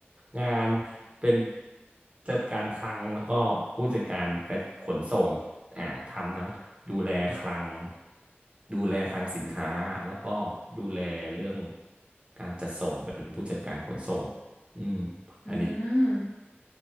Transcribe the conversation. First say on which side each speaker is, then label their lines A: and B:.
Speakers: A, on the right (about 30°); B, on the left (about 55°).
A: งานเป็นจัดการคลังแล้วก็ผู้จัดการกระขนส่งอ่าทำทั้งดูแลคลังดูแลคลังสินค้าแล้วก็ดูแลเรื่องการจัดส่งเป็นผู้จัดการขนส่งอืม
B: อื
A: อันนี้
B: ม